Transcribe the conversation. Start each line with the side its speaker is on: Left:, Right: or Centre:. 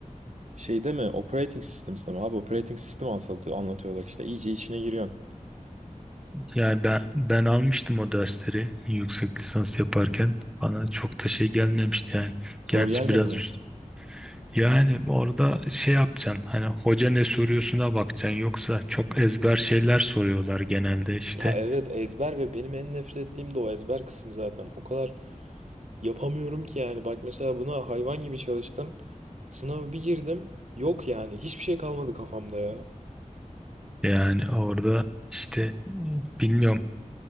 Right: Şey değil mi? Operating systems'te mi? Abi operating sistem anlatı- anlatıyorlar işte. İyice içine giriyorsun.
Centre: Yani ben, ben almıştım o dersleri yüksek lisans yaparken. Bana çok da şey gelmemişti yani.
Right: Zor
Centre: Gerçi
Right: gelmedi
Centre: biraz
Right: mi?
Centre: üst- yani orada şey yapacaksın hani hoca ne soruyorsuna bakacaksın yoksa çok ezber şeyler soruyorlar genelde işte.
Right: Ya evet ezber ve benim en nefret ettiğim de o ezber kısmı zaten. O kadar yapamıyorum ki yani. Bak mesela buna hayvan gibi çalıştım. Sınava bir girdim. Yok yani. Hiçbir şey kalmadı kafamda ya.
Centre: Yani orada işte ıı, bilmiyorum